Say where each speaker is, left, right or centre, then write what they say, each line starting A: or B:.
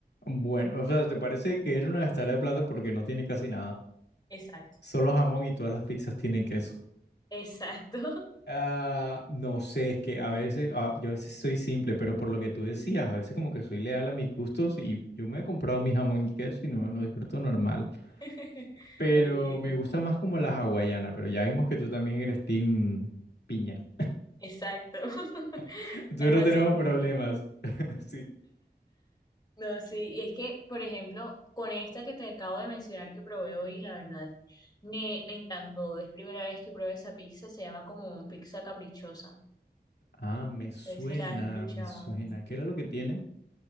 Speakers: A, on the left (about 80°); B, on the left (about 25°).
A: Bueno, o sea, ¿te parece que era una gastada de plata porque no tiene casi nada?
B: Exacto,
A: Solo jamón y todas las pizzas tienen queso.
B: exacto.
A: Ah, no sé, es que a veces, ah, yo a veces soy simple, pero por lo que tú decías, a veces como que soy leal a mis gustos y yo me he comprado mi jamón y queso y no me lo disfruto normal.
B: <laughs>
A: Pero
B: Ok,
A: me gusta más como la hawaiana, pero ya vimos que tú también eres team piña.
B: exacto. <laughs>
A: <laughs> Entonces
B: Me fascina.
A: no tenemos problemas. <laughs> Sí.
B: No, sí, y es que, por ejemplo, con esta que te acabo de mencionar que probé hoy, la verdad, me, me encantó. Es primera vez que probé esa pizza, se llama como pizza caprichosa.
A: Ah, me suena,
B: a ver si la has escuchado.
A: me suena. ¿Qué era lo que tiene?